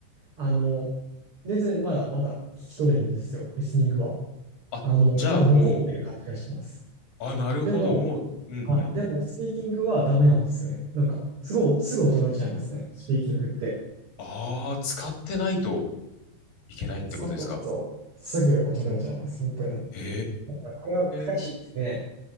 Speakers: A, on the right (about 30°); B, on the left (about 50°).
A: あの、全然まだまだ聞き取れるんですよ、リスニングは。
B: あ、
A: あの、
B: じゃあも
A: なんか残ってる感じがします。
B: う、あ、なるほど、
A: でも、
B: もう、うんうんうん。
A: はい。でも、スピーキングはダメなんですよね。なんか、すごい、すぐ衰えちゃいますね。スピーキングって。
B: ああ、使ってないといけないってことですか。
A: 使ってないと、すぐ衰えちゃいます。本当に。
B: へ
A: だから、これは難しいですね。
B: え、